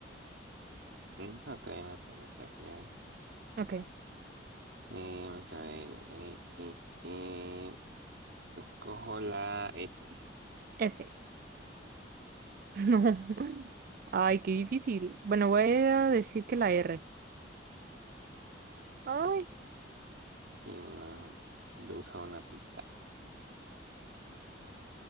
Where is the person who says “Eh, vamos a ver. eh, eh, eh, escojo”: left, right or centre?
Right